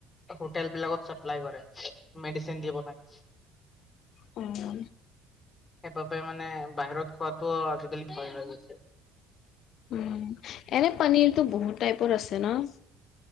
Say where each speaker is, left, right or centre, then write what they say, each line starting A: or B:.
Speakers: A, on the left; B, on the left.
A: হোটেল বিলাকত চাপ্লাই কৰে মেডিচিন দি বনাই।
B: অঁ।
A: সেইবাবে মানে বাহিৰত খোৱাটো আজিকালি ভয় হৈ গৈছে।
B: উম এনে পানীৰতটো বহুত টাইপৰ আছে ন?